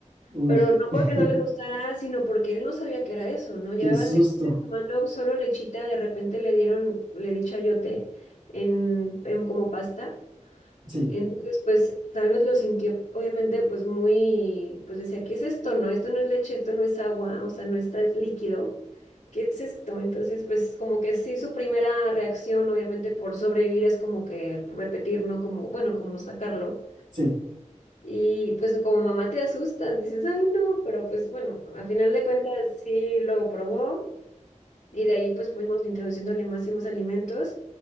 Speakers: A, on the right; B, on the left.
A: uy,
B: Pero no porque
A: <laughs>
B: no le gustara, sino porque él no sabía que era eso, ¿no? Llevaba
A: qué susto.
B: seis meses tomando solo lechita, de repente le dieron, le di chayote en, en como pasta.
A: Sí,
B: Entonces, pues tal vez lo sintió, obviamente, pues muy, pues decía, ¿qué es esto? No, esto no es leche, esto no es agua, o sea, no está, es líquido. ¿Qué es esto? Entonces, pues como que sí, su primera reacción, obviamente, por sobrevivir es como que repetir, ¿no? Como, bueno, como sacarlo.
A: sí,
B: Y pues como mamá te asustas, dices, ay no, pero pues bueno, al final de cuentas sí lo probó y de ahí pues fuimos introduciéndole más y más alimentos